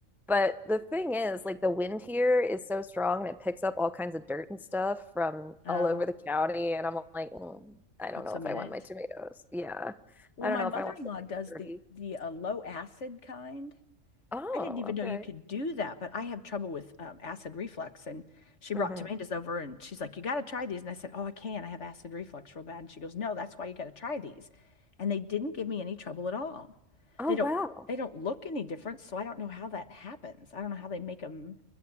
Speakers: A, in the centre; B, on the left.
A: But the thing is, like the wind here is so strong and it picks up all kinds of dirt and stuff from
B: Uh,
A: all over the county. And I'm like, "Mm, I
B: put
A: don't know
B: some
A: if
B: in
A: I want
B: it.
A: my tomatoes. Yeah.
B: Well,
A: I
B: my
A: don't know
B: mother-in-law
A: if I want them getting
B: does
A: dirty.
B: the the uh, low acid kind.
A: Oh,
B: I didn't even know
A: okay.
B: you could do that, but I have trouble with um, acid reflux. And she
A: hmm
B: brought tomatoes over and she's like, You got to try these. And I said, Oh, I can. I have acid reflux real bad. And she goes, No, that's why you got to try these. And they didn't give me any trouble at all.
A: Oh,
B: They
A: wow.
B: don't they don't look any different, so I don't know how that happens. I don't know how they make them